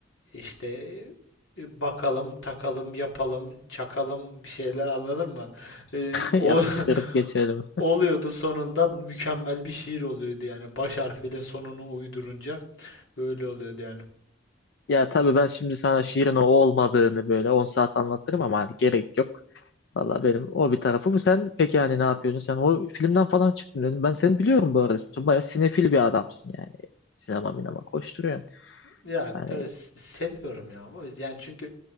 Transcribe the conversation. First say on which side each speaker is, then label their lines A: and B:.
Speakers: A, on the left; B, on the left.
A: İşte e, bakalım, takalım, yapalım, çakalım bir şeyler anladın mı? E, ol-
B: yapıştırıp
A: <laughs>
B: geçelim.
A: oluyordu sonunda mükemmel bir şiir oluyordu yani baş harfiyle sonunu uydurunca öyle oluyordu yani.
B: Ya tabii ben şimdi sana şiirin o olmadığını böyle on saat anlatırım ama hani gerek yok. Valla benim o bir tarafı bu. Sen peki hani ne yapıyordun? Sen o filmden falan çıktın dedim. Ben seni biliyorum bu arada. Sen bayağı sinefil bir adamsın yani. Sinema minema koşturuyorsun.
A: Ya
B: Hani
A: de- s- seviyorum ya bu yani çünkü